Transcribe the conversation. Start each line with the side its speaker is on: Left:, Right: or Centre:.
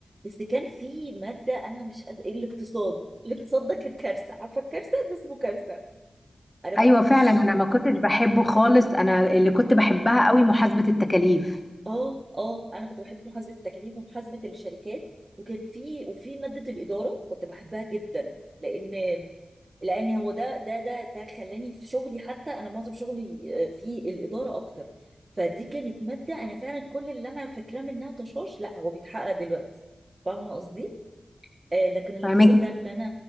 Right: بس كان في ماده انا مش قادره الاقتصاد الاقتصاد ده كان كارثه عارفه الكارثه ده اسمه كارثه انا
Left: ايوه
Right: ما كنتش
Left: فعلا انا ما كنتش بحبه خالص انا اللي كنت بحبها قوي محاسبة التكاليف
Right: اه اه انا كنت بحب محاسبه التكاليف ومحاسبه الشركات وكان في وفي ماده الاداره كنت بحبها جدا لان لان هو ده ده ده ده خلاني في شغلي حتى انا معظم شغلي آه، في الاداره اكتر فدي كانت ماده انا فعلا كل اللي انا فاكراه منها طشاش لا هو بيتحقق دلوقتي فاهمه قصدي آه لكن الاقتصاد
Left: فاهمك
Right: ده اللي انا